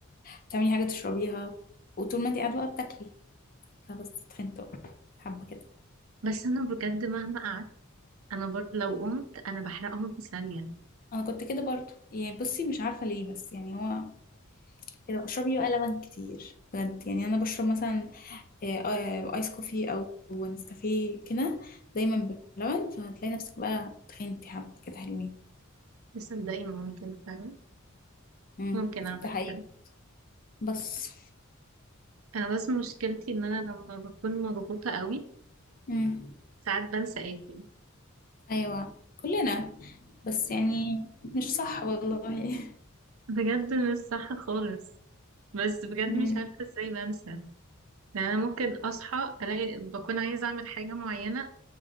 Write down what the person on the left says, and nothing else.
هتعملي حاجة تشربيها وطول ما انت قاعدة بقى بتاكلي فبس تخنت بقى حابة كده
انا كنت كده برضو يعني بصي مش عارفة ليه بس يعني هو كده اشربي بقى لبن كتير بجد يعني انا بشرب مثلا آه، آه، ايس كوفي او نسكافيه كده دايما بلبن فهتلاقي نفسك بقى تخنتي حبة كده حلوين
امم
ده حقيقي
بس
امم
ايوه كلنا بس يعني مش صح والله
امم